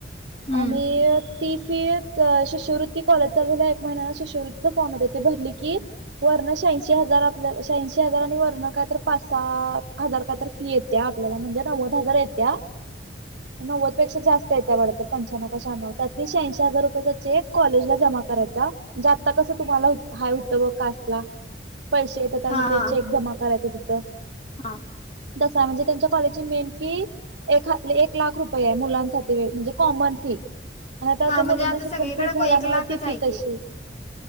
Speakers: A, on the left; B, on the right.
A: हम्म
B: आणि ती फी शिष्यवृत्ती कॉलेज चालू झाल्यावर एक महिन्यानं शिष्यवृत्तीचा फॉर्म येतोय ती भरली की वरनं शहाऐंशी हजार आपलं शहाऐंशी हजार आणि वरनं काय तर पाच सात हजार काय तर फी ये त्या आपल्याला म्हणजे नव्वद हजार येत्या, नव्वद पेक्षा जास्त येत्या वाढत. पंच्याण्णव काय शहाण्णव त्यातली शहांशी हजार रुपयाचा चेक कॉलेजला जमा करायचा जे आत्ता कसं तुम्हाला हा हुतं ब कास्टला पैसे परत
A: हा
B: आणि
A: हा
B: ते चेक जमा करायचं तिथं.
A: हा.
B: तसायं म्हणजे त्यांच्या कॉलेजची मेन फी एक ह एक लाख रुपये आहे मुलांसाठी म्हणजे कॉमन फी आणि ते आता
A: हा म्हणजे
B: मुलींना शिक्षण
A: सगळीकडे
B: फ्री झाल्यामुळे
A: को एक लाखच
B: ती
A: आहे
B: फी तशी
A: की